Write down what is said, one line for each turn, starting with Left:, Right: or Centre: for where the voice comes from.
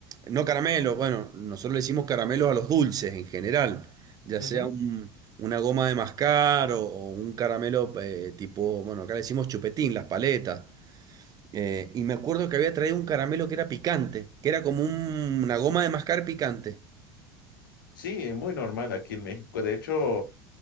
Right: No caramelos, bueno, nosotros le decimos caramelos a los dulces en general, ya
Left: Ujú.
Right: sea un- una goma de mascar o, o un caramelo eh, tipo, bueno, acá le decimos chupetín, las paletas. Eh, y me acuerdo que había traído un caramelo que era picante, que era como un- una goma de mascar picante.
Left: Sí, es muy normal aquí en México. De hecho,